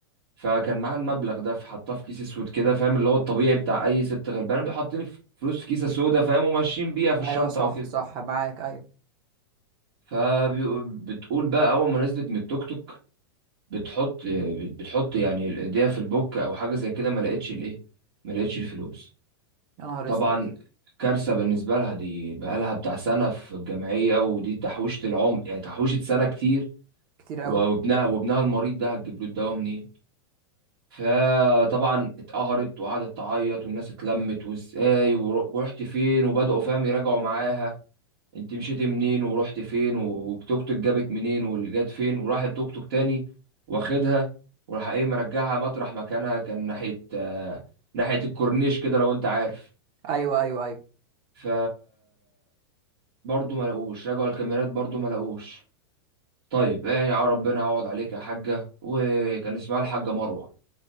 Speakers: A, on the right; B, on the right.
A: فكان معاها المبلغ ده فحطاه في كيس اسود كده فاهم اللي هو الطبيعي بتاع اي ست غلبانه بيحطني في فلوس في كيسه سودا فاهم وماشيين بيها في الشنطه
B: ايوه صح
A: او كده
B: صح معاك ايوه
A: فبتقول بقى اول ما نزلت من التوك توك بتحط بتحط يعني ايديها في البوك او حاجه زي كده ما لقيتش الايه ما لقيتش الفلوس
B: يا نهار
A: طبعا
B: اسود
A: كارثة بالنسبة لها دي بقالها بتاع سنة في الجمعية ودي تحويشة العمر يعني تحويشة سنة كتير
B: كتير قوي
A: وابنها وابنها المريض ده هتجيب له الدواء منين فطبعا اتقهرت وقعدت تعيط والناس اتلمت وازاي ور- ورحت فين وبدأوا فاهم يراجعوا معاها انت مشيتي منين ورحت فين والتوك توك جابك منين واللي جات فين وراح التوك توك تاني واخدها وراح ايه مرجعها مطرح مكانها كان ناحية آه، ناحية الكورنيش كده لو انت عارف
B: ايوه ايوه ايوه
A: ف برضه ما لقوش رجعوا الكاميرات برضه ما لقوش طيب ايه يا ربنا يعوض عليك يا حاجة وكان اسمها الحاجة مروة